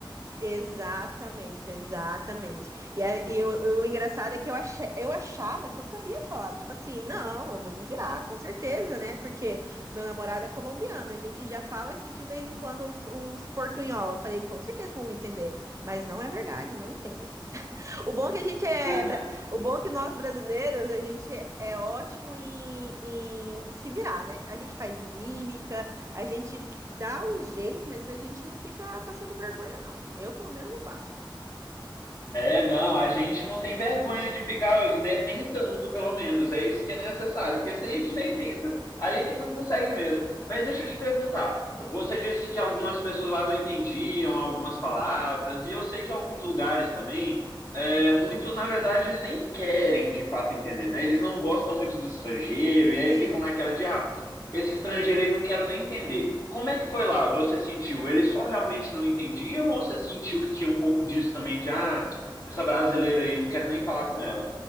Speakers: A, on the right; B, on the left.
A: Exatamente, exatamente. E, a- e eu- eu- o engraçado é que eu, achei, eu achava que eu sabia falar, tipo assim, não, eu vou me virar, com certeza, né? Porque meu namorado é colombiano, a gente já fala que de vez em quando uns, uns portunhol. Eu falei, com certeza vão me entender, mas não é verdade, não entendem. O bom é que a gente é,
B: <laughs>
A: bra- o bom é que nós brasileiros, a gente é ótimo em, em se virar, né? A gente faz mímica, a gente dá o jeito, mas a gente não fica passando vergonha, não. Eu, pelo menos, não passo.
B: É, não, a gente não tem vergonha de ficar, né, tentando pelo menos, é isso que é necessário, porque se a gente nem tenta, aí que não consegue mesmo. Mas deixa eu te perguntar, você disse que algumas pessoas lá não entendiam algumas palavras, e eu sei que alguns lugares também É, muitos, na verdade, nem querem de fato entender, né? Eles não gostam muito do estrangeiro e aí
A: Sim.
B: ficam naquela de, ah, esse estrangeiro aí não quero nem entender. Como é que foi lá? Você sentiu? Eles só realmente não entendiam ou você sentiu que tinha um pouco disso também de, ah, essa brasileira aí, não quero nem falar com ela?